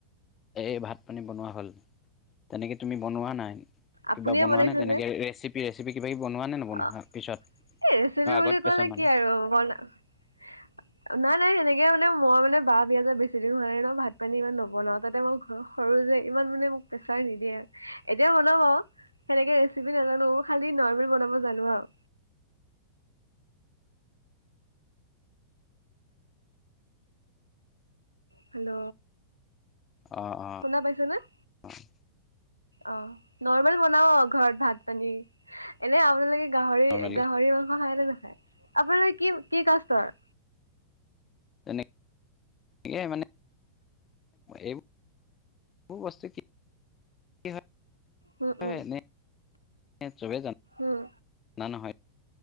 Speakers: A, on the left; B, on the right.
A: এ ভাত পানী বনোৱা হ'ল তেনেকে তুমি বনোৱা নাই। কিবা
B: আপুনিয়ে
A: বনোৱা
B: বনাইছে
A: নে তেনেকে,
B: যে
A: ৰেচিপি- ৰেচিপি কিবা কিবি বনোৱা নে নবনোৱা
B: অ
A: পিছত?
B: ৰেচিপি
A: অ'
B: বুলি
A: আগত পিছত
B: ক'লে
A: মানে?
B: কি আৰু, বনা- নাই - নাই সেনে এতিয়া মানে মই মানে বাৰ বিয়া যে বেছি দিন হোৱা নাই ন', ভাত-পানী ইমান নবনাওঁ। তাতে মই ঘৰৰ সৰু যে, ইমান মানে প্ৰেছাৰ নিদিয়ে। এতিয়া বনাব আৰু। সেনেকে ৰেচিপি নাজানোঁ। খালি নৰ্মেল বনাব জানো আৰু। হেল্ল'?
A: অ' - অ'-
B: শুনা পাইছেনে
A: অ'।
B: অ'। নৰ্মেল বনাও ঘৰত ভাত-পানী। এনে আপোনালোকে গাহৰি-
A: নৰ্মেল
B: গাহৰি মাংস খাই নে নাখায়? আপোনালোকে কি- কি কাষ্টৰ?
A: তেনে কে মানে এইবোৰ বস্তু কি <inaudible> হয়
B: উম, উম,
A: এনে <inaudible> চবে জান
B: উম,
A: <inaudible> না নহয়